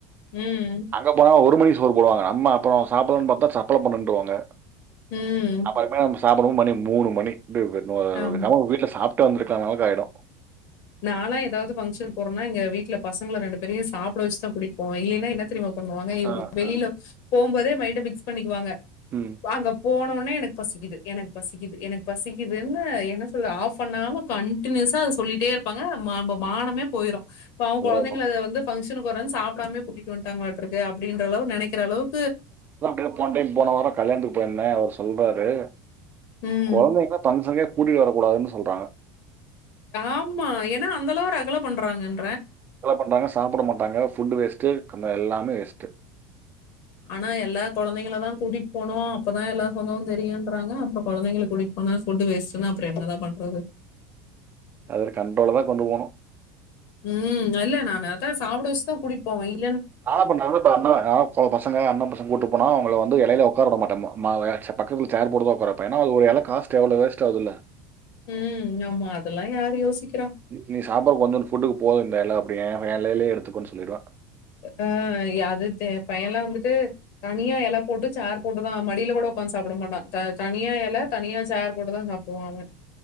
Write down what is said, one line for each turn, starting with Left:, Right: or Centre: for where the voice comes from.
Left: ம்,
Right: அங்க போனா ஒரு ஒரு மணிக்கு சோறுபோடுவாங்க, நம்ம அப்பறோ சாப்புட்லானு பாத்தா சா கொலப்பண்ணேன்றுவாங்க
Left: ம்.
Right: அப்பற மேம்ஸ் சாப்டவும் மணி மூணு மணி <unintelligible> வீட்டுல
Left: ஆமா.
Right: சாப் விட்டு வந்திருக்ற அளவுக்கு ஆயிடும்
Left: நாலா ஏதாவது பங்க்ஷன் போறனா எங்க வீட்ல பசங்க ரெண்டு பேரையும் சாப்பிட வச்தான் கூட்டிட்டுபோவேன் இல்லைன்னா என்ன தெரியுமா பண்ணுவாங்க இவங்க
Right: ஆ
Left: வெளியில
Right: ஆ.
Left: போவும்போதே மைண்ட பிக்ஸ் பண்ணிக்குவாங்க
Right: ம்
Left: வாங்க போன உட் உடனே எனக்கு பசிக்குது எனக்கு பசிக்குது எனக்கு பசிக் இது என்ன என்ன சொல்ல ஆஃப் பண்ணாம கண் கன்டினுயூசா அத சொல்லிட்டே இருப் இருப்பாங்க நம்ம மானமே போயிரும் இப்ப அவங் குழந்தைங்கள
Right: அதான்
Left: இத வந்து பங்க்ஷ <unintelligible> போறேன் சாப்டாம கூட்டிட்டு வந்ட்டாங்களாட்டற்கு அப்படின்ற அளவு நினைக்கிற அளவுக்
Right: அப்டிதா போன் டைம் போன வாரம் கல்யாணத்துக்கு போயிருந்தே அவர் சொல்றாரு
Left: ம்.
Right: குழந்தைங்க ஃபங்ஷன்க்கே கூட்டிட்டு வரக்கூடாதுன்னு சொல்றாங்க
Left: ஆமா ஏன்னா அந்த அளவு ரகல பண்றாங்கன்
Right: ரகலை பண்றாங்க சாப்பிட மாட்டாங்க ஃபுட் வேஸ்ட்டு <unintelligible> எல்லாமே வேஸ்ட்டு
Left: ஆனா எல்லா கொழந்தைங்களதா கூட்டிட்டு போனோம் அப்பதான் எல்லா சொந்தமும் தெரியும்ன்றாங்க அப்புறம் கொழந்தைங்கள கூட்டிட்டு போனா ஃபுட்டு வேஸ்ட்டுன்னா அப்புறம் என்னதான் பண்றது
Right: அத கண்ட்ரோல தான் கொண்டு போவ்னும்
Left: உம் அல்ல நானு அதான் சாப்பிட வச்சுதான் கூட்டிட்டு போவேன் இப்
Right: ஆளப்பன் நல்ல <unintelligible> பசங்க அண்ணே பசங் கூட்டு போனா அவங்கள வந்து இலயில உக்கார உடமாட்டேன் ம என் பக்கத்தில சேர் போட்டுதான் உக்கார வைப்பேன் ஏன்னா அது ஒரு இல காஸ்ட் எவ்ளோ வேஸ்ட் ஆவுதுல்ல
Left: ம் <unintelligible> யோசிக்கிறா
Right: நீ சாப்பாடு வந்துட்னே ஃபுட்டு போதும்டா எல்லாம் அப்டி ஏன் எலயிலே எடுத்துக்கேன்னு சொல்லிடுவேன்
Left: அஹ் அது தெப் பையன்லாம் வந்துட்டு தனியா எல போட்டு சார் போட்டுதான் மடியில கூட உக்காந்து சாப்பட மாட்டான் த தனியா எல தனியா சேர் கூடதா சாப்பிடுவா அவன்